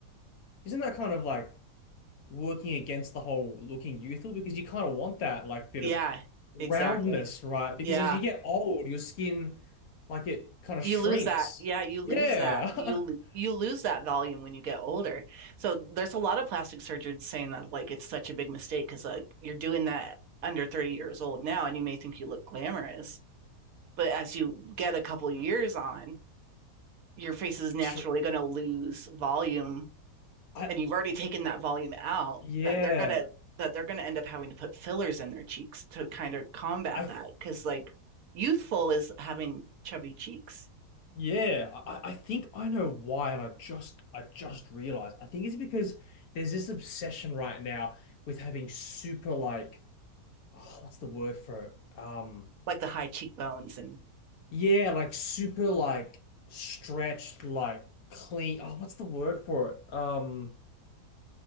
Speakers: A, on the left (about 70°); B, on the right (about 65°).
A: isn't that kind of like working against the whole looking youthful? Because you kind of want that like bit
B: Yeah,
A: of roundness,
B: exactly.
A: right? Because
B: Yeah.
A: as you get old, your skin like it kind of
B: you
A: shrinks.
B: lose that yeah you
A: Yeah,
B: lose that you
A: <laughs>
B: you lose that volume when you get older so there's a lot of plastic surgeons saying that like it's such a big mistake because like you're doing that under 30 years old now and you may think you look glamorous but as you get a couple years on your face is naturally
A: Shr-
B: going to lose volume
A: I
B: and you've already taken that volume out
A: yeah,
B: that they're going to that they're going to end up having to put fillers in their cheeks to kind of combat
A: I th
B: that because like youthful is having chubby cheeks
A: yeah, I, I think I know why, and I just I just realized. I think it's because there's this obsession right now with having super like oh, what's the word for it? Um.
B: like the high cheekbones and
A: Yeah, like super like stretched, like clean. Oh, what's the word for it? Um,